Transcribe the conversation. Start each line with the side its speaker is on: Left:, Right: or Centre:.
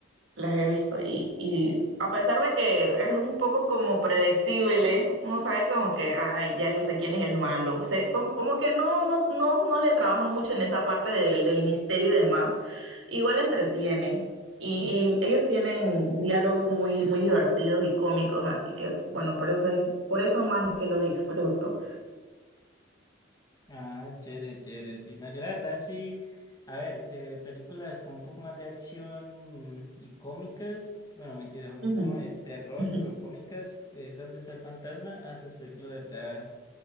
Right: Las he visto y, y a pesar de que es un poco como predecible, uno sabe como que, ay, ya yo sé quién es el malo. Se, como, como que no, no, no, no le trabajan mucho en esa parte del, del misterio y demás. Igual entretiene. Y, y ellos tienen diálogos muy, muy divertidos y cómicos, así que bueno, por eso es, por eso más es que lo disfruto.
Left: Ah, chévere, chévere, sí. No, yo la verdad sí, a ver, eh, películas como un poco más de acción y cómicas, bueno, mentira, son
Right: Ujú,
Left: como de terror,
Right: ujú,
Left: pero cómicas, es donde está el fantasma, a esas películas, la verdad,